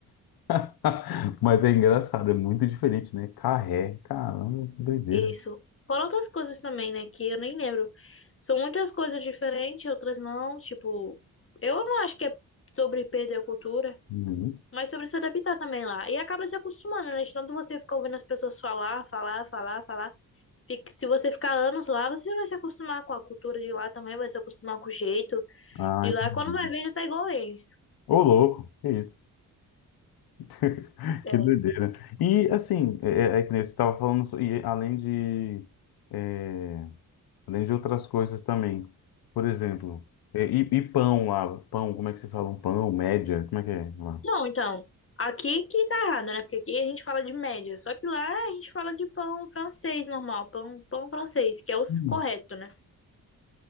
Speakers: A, on the left (about 85°); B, on the left (about 35°).
A: <laughs> Mas é engraçado, é muito diferente, né? Carré, caramba, que doideira.
B: Isso. Foram outras coisas também, né? Que eu nem lembro. São muitas coisas diferentes, outras não. Tipo, eu não acho que é sobre perder a cultura,
A: Uhum.
B: mas sobre se adaptar também lá. E acaba se acostumando, né? De tanto você ficar ouvindo as pessoas falar, falar, falar, falar. Fique- Se você ficar anos lá, você vai se acostumar com a cultura de lá também, vai se acostumar com o jeito
A: Ah,
B: de
A: entendi.
B: lá. Quando vai ver, já tá igual eles.
A: Ô, louco, que isso? <laughs>
B: É.
A: Que doideira. E assim, é, é é que nem você estava falando, so- e além de. é, além de outras coisas também. Por exemplo, é, e, e pão lá, pão, como é que vocês falam? Pão, média, como é que é lá?
B: Não, então, aqui que tá errado, né? Porque aqui a gente fala de média, só que lá a gente fala de pão francês normal, pão, pão francês, que é o s-
A: Hum.
B: correto, né?